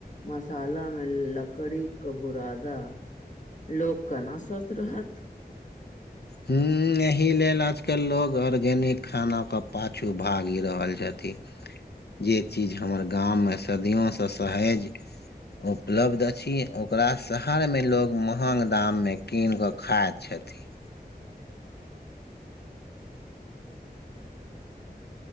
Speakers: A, on the left; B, on the left.
A: मसालामे लकड़ीक बुरादा। लोक केना स्वस्थ रहत।
B: हूं एहि लेल आजकल लोको आर्गेनिक खानाके पाछू भागि रहल छथि। जे चीज हमर गाममे सदियोसे सहेज उपलब्ध अछि ओकरा शहरमे लोग महंग दाम में कीन कऽ खाइत छथि।